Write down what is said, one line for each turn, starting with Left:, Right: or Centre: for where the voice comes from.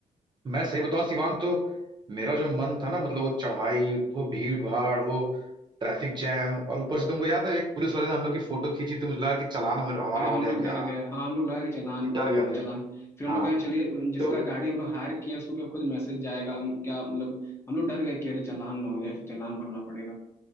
Right: मैं सही बताऊं शिवांग तो मेरा जो मन था ना मतलब वो चढ़ाई वो भीड़ भाड़ वो ट्रैफिक जैम और ऊपर से तुमको याद है एक पुलिस वाले ने हम लोग की फोटो खींची तो मुझे लगा कि चालान हमारा हमारा
Left: अरे
Right: हो
Left: हम
Right: गया
Left: लोग
Right: क्या
Left: डर गए हाँ हम लोग लगा कि चालान
Right: डर गए थे
Left: चालान फिर हम
Right: हाँ
Left: लोग कहे चलिए जिसका
Right: तो
Left: गाड़ी हम लोग हायर किए हैं उसके ऊपर खुद मैसेज जाएगा हम क्या मतलब हम लोग डर गए कि अरे चालान ना हो जाए फिर चालान भरना पड़ेगा